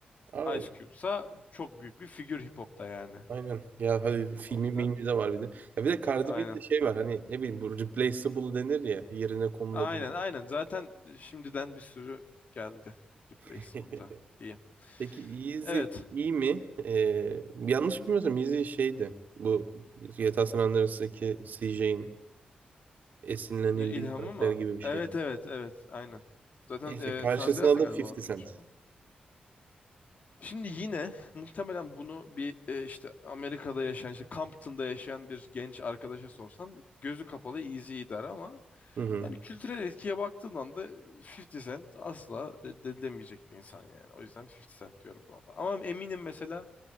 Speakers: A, on the right (about 65°); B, on the left (about 55°).
A: Abi,
B: Ice Cube'sa çok büyük bir figür hip hop'ta yani.
A: aynen. Ya hadi filmi
B: O yüzden
A: mimi de var bir de. Ya bir de Cardi
B: aynen.
A: B'de şey var hani ne bileyim bu replaceable denir ya yerine konulabilir.
B: Aynen aynen. Zaten şimdiden bir sürü geldi replacement'a
A: <laughs>
B: diyeyim.
A: Peki Yeezy
B: Evet.
A: iyi mi? Ee, yanlış bilmiyorsam Yeezy şeydi. Bu Yatağı Sananların CJ'in Esinlenildiği
B: İlhamı
A: karakter
B: mı?
A: gibi bir şey.
B: Evet evet evet aynen. Zaten
A: Neyse
B: e,
A: karşısına
B: San Andreas'a
A: da
B: galiba
A: 50
B: orada
A: Cent.
B: geçiyor. Şimdi yine muhtemelen bunu bir e, işte Amerika'da yaşayan, işte Compton'da yaşayan bir genç arkadaşa sorsan gözü kapalı easy der ama
A: Hı hı.
B: yani kültürel etkiye baktığın anda 50 Cent asla reddedilemeyecek bir insan yani. O yüzden 50 Cent diyorum buna da. Ama eminim mesela